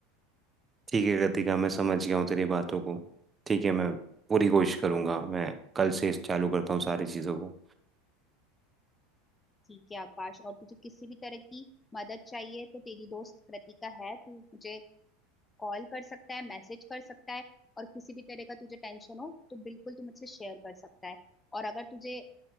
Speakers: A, on the right; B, on the left.
A: ठीक है कृतिका मैं समझ गया हूँ तेरी बातों को ठीक है मैं पूरी कोशिश करूंगा मैं कल से इस चालू करता हूँ सारी चीज़ों को
B: ठीक है आकाश और तुझे किसी भी तरह की मदद चाहिए तो तेरी दोस्त कृतिका है तू मुझे कॉल कर सकता है मैसेज कर सकता है और किसी भी तरह का तुझे टेंशन हो तो बिल्कुल तू मुझसे शेयर कर सकता है और अगर तुझे